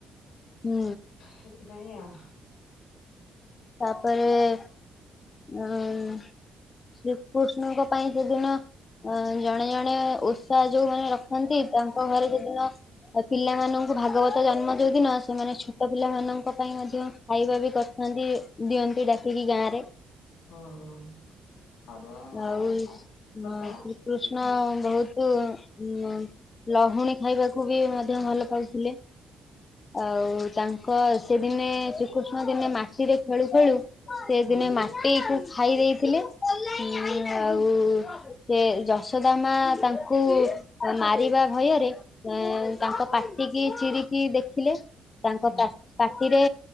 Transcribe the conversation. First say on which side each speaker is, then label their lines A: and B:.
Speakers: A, on the left; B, on the left.
A: ହୁଁ।
B: ସେଥିପାଇଁ ଆ।
A: ତାପରେ ଉଁ ଶ୍ରୀକୃଷ୍ଣଙ୍କ ପାଇଁ ସେଦିନ ଅ ଜଣେ ଜଣେ ଉ ସା ଯୋଉମାନେ ରଖନ୍ତି ତାଙ୍କ ଘରେ ସେ ଦିନ ପିଲାମାନଙ୍କୁ ଭାଗବତ ଜନ୍ମ ଯୋଉଦିନ ସେମାନେ ଛୋଟ ପିଲାମାନଙ୍କ ପାଇଁ ମଧ୍ୟ ଖାଇବା ବି କରିଥାନ୍ତି ଦିଅନ୍ତି ଡାକିକି ଗାଁ ରେ।
B: ହଁ ହଁ। ଅରୁଆ
A: ଆଉ
B: ଭା
A: ସଉଁ
B: ଖଟା
A: ଶ୍ରୀକୃଷ୍ଣ
B: ରୁଟି
A: ବହୁତୁ ହୁଁ ଲହୁଣୀ ଖାଇବାକୁ ବି ମଧ୍ୟ ଭଲ ପାଉଥିଲେ। ଆଉ ତାଙ୍କ ସେଦିନେ ଶ୍ରୀକୃଷ୍ଣ ଦିନେ ମାଟିରେ ଖେଳୁ ଖେଳୁ ସେ
B: ଆଉ
A: ଦିନେ
B: ହୁଁ।
A: ମାଟିକୁ ଖାଇ ଦେଇଥିଲେ ଉଁ ଆଉ ସେ ଯଶୋଦା ମାଆ ତାଙ୍କୁ ମାରିବା ଭୟରେ ଅଁ ତାଙ୍କ ପାଟି କିି ଚିରିକି ଦେଖିଲେ ତାଙ୍କ
B: ହୁଁ
A: ପା ପାଟିରେ